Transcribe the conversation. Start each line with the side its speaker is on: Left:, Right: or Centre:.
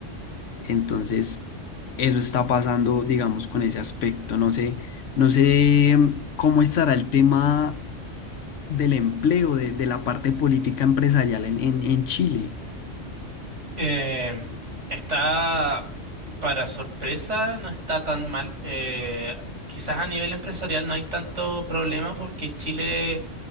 Left: Entonces, eso está pasando, digamos, con ese aspecto. No sé, no sé mm, cómo estará el tema del empleo, de, de la parte política empresarial en, en, en Chile.
Right: Em, está, para sorpresa, no está tan mal. Eh, quizás a nivel empresarial no hay tanto problema porque Chile